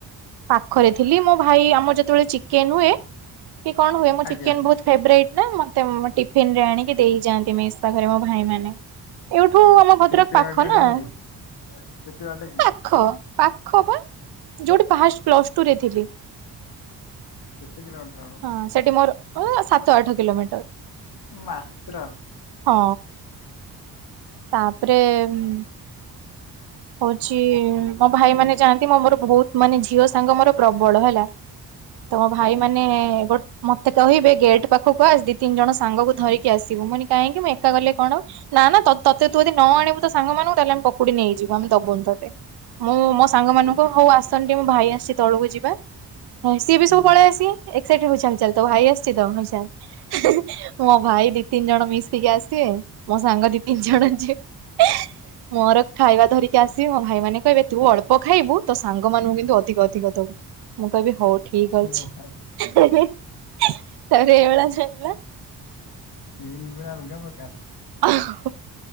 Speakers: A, on the right; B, on the left.
A: ପାଖରେ ଥିଲେ ମୋ ଭାଇ ଆମର ଯେତେବେଳେ ଚିକେନ ହୁଏ କି କଣ ହୁଏ, ମୁଁ
B: ଆଜ୍ଞା
A: ଚିକେନକୁ ବହୁତ ଫେବ୍ରେଇଟ ନା ମତେ ମୋ ଟିଫିନରେ ଆଣିକି ଦେଇଯାଆନ୍ତି ମେଶ୍ ପାଖରେ ମୋ ଭାଇ ମାନେ। ଏଇଠୁ ଆମ ଭଦ୍ରକ
B: ଏତେ
A: ପାଖ
B: ବାଟରେ
A: ନା
B: ଯାଆନ୍ତି
A: ପା
B: କେତେ ବାଟ କି?
A: ପାଖ, ପାଖ ବା ଯୋଉଠି ଫାଷ୍ଟ ପ୍ଲସ ଟୁ ରେ ଥିଲି।
B: କେତେ କିଲୋମିଟର ହବ?
A: ହଁ, ସେଠି ମୋର ଅ ସାତ ଆଠ କିଲୋମିଟର।
B: ମାତ୍ର,
A: ହଁ, ତାପରେ ଏ-ଏ-ମ୍ ହଉଛି-ଇ-ଇ-ଇ ମୋ ଭାଇ ମାନେ ଯାଆନ୍ତି, ମୋ ମୋର ବହୁତ ମାନେ ଝିଅ ସାଙ୍ଗ ମୋର ପ୍ରବଳ ହେଲା। ତମ ଭାଇ
B: ଆଜ୍ଞା
A: ମାନେ, ବଟ୍ ମତେ କହିବେ ଗେଟ୍ ପାଖକୁ ଆସେ ଦି, ତିନି ଜଣ ସାଙ୍ଗକୁ ଧରିକି ଆସିବୁ। ମୁଁ କହିଲି, କାହିଁକି ମୁଁ ଏକା ଗଲେ କଣ? ନା ନା ତ ତତେ ତୁ ଯଦି ନ ଆଣିବୁ ତ ସାଙ୍ଗମାନଙ୍କୁ ତାହେଲେ ଆମ ପକୁଡି ନେଇଯି ଆମେ ଦବୁନି ତତେ, ମୁଁ ମୋ ସାଙ୍ଗ ମାନଙ୍କୁ ହଉ ଆସନି ଟିକେ ମୋ ଭାଇ ଆସିଛି ତଳକୁ ଯିବା। ହଇ ସିଏ ବି
B: ହୁଁ
A: ସବୁ ପଳେଇ ଆସିବେ। ଏକ୍ସାଇଟେଡ ହୋଉ ଚାଲ ଚାଲ ତୋ ଭାଇ ଆସିଛି ତ ହୋଉ ଚାଲ। ହି ହିଁ ମୋ ଭାଇ ଦେଖ ତିନି ଜଣ ମିଶିକି ଆସିବେ। ମୋ ସାଙ୍ଗ ଦି ତିନି ଜଣ ଯିବେ। ମୋର ଖାଇବା ଧରିକି ଆସିବେ ମୋ ଭାଇ ମାନେ କହିବେ ତୁ ଅଳ୍ପ ଖାଇବୁ ତ ସାଙ୍ଗମାନଙ୍କୁ କିନ୍ତୁ ଅଧିକ ଅଧିକ ଦବୁ। ମୁଁ କହିବି ହଉ ଠିକ ଅଛି।
B: ଏ ଭାଇ
A: ତାପରେ ଏଇଭଲିଆ ଚାଲିଲା।
B: ସିନ୍ ପୁରା ଆଲଗା ପ୍ରକାର।
A: ହ ହ